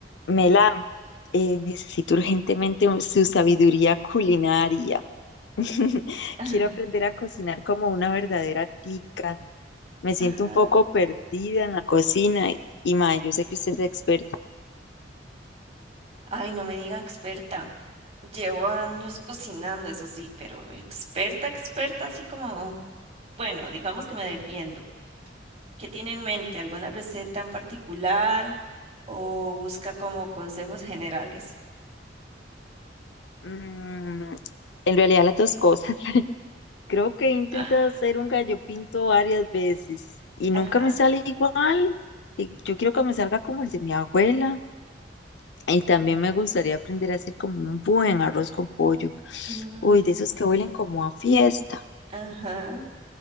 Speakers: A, on the left; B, on the right.
A: Mela, eh, necesito urgentemente un- su sabiduría culinaria. <laughs>
B: <laughs> Ah,
A: Quiero aprender a cocinar como una verdadera tica. Me siento
B: Ajá.
A: un poco perdida en la cocina y, y, mae, yo sé que usted es experta.
B: Ay, no me diga experta. Llevo años cocinando, eso sí, pero experta, experta, así como, bueno, digamos que me defiendo. ¿Qué tiene en mente? ¿Alguna receta en particular o busca como consejos generales?
A: Mm, en realidad las dos cosas. <laughs> Creo que he intentado
B: <gasps> Ah,
A: hacer un gallo pinto varias veces y
B: Ajá.
A: nunca me sale igual. Y yo quiero que me salga como el de mi abuela. Y también me gustaría aprender a hacer como un buen arroz con pollo.
B: mm,
A: Uy, de esos que huelen como a fiesta.
B: ajá.